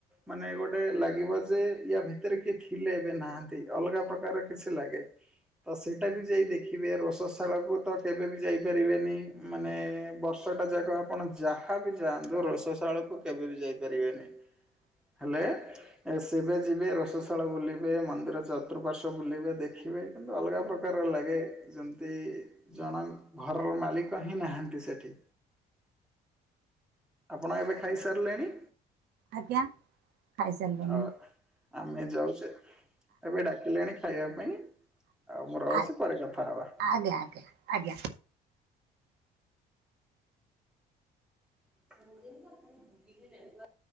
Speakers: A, in the centre; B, on the right.
A: ମାନେ ଗୋଟେ ଲାଗିବ ଯେ ୟାଭି ଭିତରେ କିଏ ଥିଲେ ଏବେ ନାହାନ୍ତି ଅଲଗା ପ୍ରକାର କିଛି ଲାଗେ ତ ସେଇଟା ବି ଯାଇ ଦେଖିବେ ରୋଷଶାଳକୁ ତ କେବେ ବି ଯାଇପାରିବେନି। ମାନେ ବର୍ଷଟା ଯାକ ଆପଣ ଯାହା ବିି ଯାଆନ୍ତୁ ରୋଷସାଳକୁ କେବେ ବି ଯାଇପାରିବେନି।
B: <inaudible>
A: ହେଲେ ଏ ଶିବେ ଯିବେ ରୋସ୍ ରୋଶାଳ ବୁଲିବେ ମନ୍ଦିର ଚତୁଃପାର୍ଶ୍ୱ ବୁଲିବେ ଦେଖିବେ କିନ୍ତୁ ଅଲଗା ପ୍ରକାର ଲାଗେ ଯେମିତି ଜଣ ଙ୍କ ଘରର ମାଲିକ ହିଁ ନାହାନ୍ତି ସେଠି। ଆପଣ ଏବେ ଖାଇସାରିଲେଣି।
B: ଆଜ୍ଞା ଖାଇ ସାରିଲୁଣି।
A: ଆଉ ଆମେ ଯାଉଚେ। ଏବେ ଡାକିଲେଣି ଖାଇବା ପାଇଁ ଆଉ ମୁଁ
B: ଆଜ୍ଞା
A: ରହୁଚି ପରେ କଥା ହବା।
B: ଆଜ୍ଞା ଆଜ୍ଞା। ଆଜ୍ଞା।
A: <inaudible>